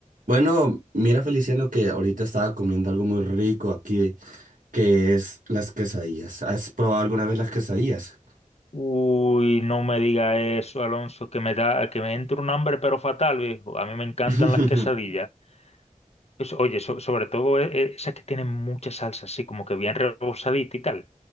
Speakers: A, on the right (about 85°); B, on the left (about 55°).
A: Bueno, mira Feliciano que ahorita estaba comiendo algo muy rico aquí, que es las quesadillas. ¿Has probado alguna vez las quesadillas?
B: Uy, no me diga eso, Alonso, que me da, que me entra un hambre pero fatal, viejo. A mí me encantan
A: <laughs>
B: las quesadillas. Pues, oye, so- sobre todo e- e- esas que tienen mucha salsa, así como que bien rebozadita y tal.